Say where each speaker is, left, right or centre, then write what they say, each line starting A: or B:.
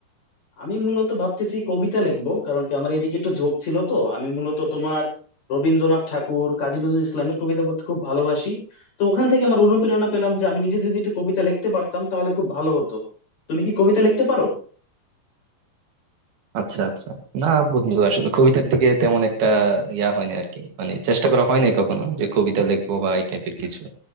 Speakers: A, on the left; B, on the right.
A: আমি মূলত ভাবতেছি কবিতা লিখবো কারণ কি আমার এদিকে একটু ঝোঁক ছিল তো আমি মূলত তোমার রবীন্দ্রনাথ ঠাকুর কাজী নজরুল ইসলামের কবিতা পড়তে খুব ভালোবাসি তো ওখান থেকে আমার অনুপ্রেরণা পেলাম যে আমি নিজে যদি একটু কবিতা লিখতে পারতাম তাহলে খুব ভালো হতো তুমি কি কবিতা লিখতে পারো
B: আচ্ছা আচ্ছা না বন্ধু আসলে কবিতার দিকে তেমন একটা ইয়া হয়নি আর কি মানে চেষ্টা করা হয়নি কখনো যে কবিতা লিখবো বা এই টাইপের কিছু